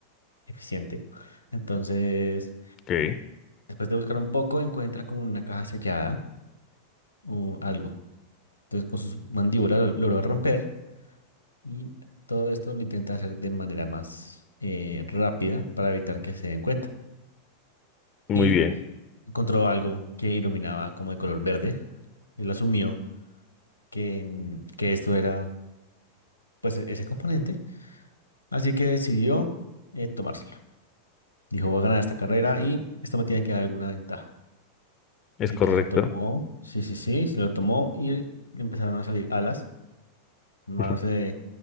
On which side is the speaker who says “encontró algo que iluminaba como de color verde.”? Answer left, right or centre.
Left